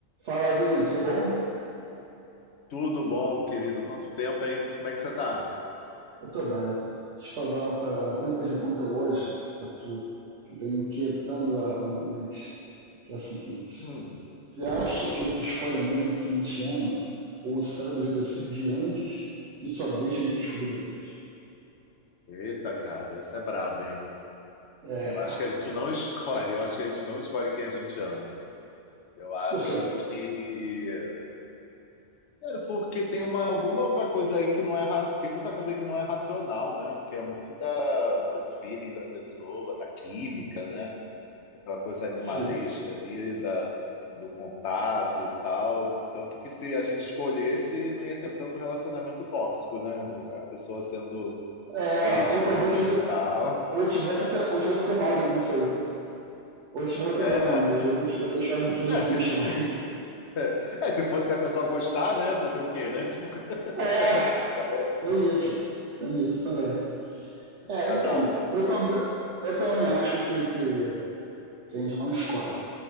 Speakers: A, on the right (about 70°); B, on the left (about 65°).
A: Fala, Vini, tudo bom?
B: Tudo bom, querido? Quanto tempo, hein? Como é que você tá?
A: Eu tô bem. Deixa eu fazer uma parada. Tem uma pergunta hoje pra tu que vem inquietando a minha mente, que é a seguinte:
B: Hum,
A: Você acha que a gente escolhe mesmo o que a gente ama? Ou o cérebro já decide antes e só deixa a gente descobrir depois?
B: eita, cara, essa é braba, hein?
A: É.
B: Eu acho que a gente não <laughs> escolhe, eu acho que a gente não escolhe quem a gente ama. Eu acho
A: Por quê?
B: que. Cara, porque tem uma, alguma outra coisa aí que não é. ra- Tem muita coisa aí que não é racional, né? Que é muito da, do feeling da pessoa, da química, né? Aquela coisa animalesca
A: Sim.
B: ali, da, do contato e tal. Tanto que se a gente escolhesse, não ia ter tanto relacionamento tóxico, né? A pessoa sendo
A: É,
B: agredido
A: ou talvez tivesse,
B: e tal.
A: ou tivesse até, ou tivesse até mais, né? Não sei. Ou tivesse até
B: É,
A: mais, né? Às vezes as pessoas fazem decisões
B: é,
A: ruins
B: se,
A: também.
B: <laughs>
A: <laughs>
B: é, se fosse se a pessoa gostar, né? Fazer o quê, né? <laughs> Tipo, cada
A: É,
B: um,
A: tem isso. Tem isso também. É,
B: cada
A: então,
B: um na sua.
A: eu, tam, eu também acho que, que, que a gente não escolhe.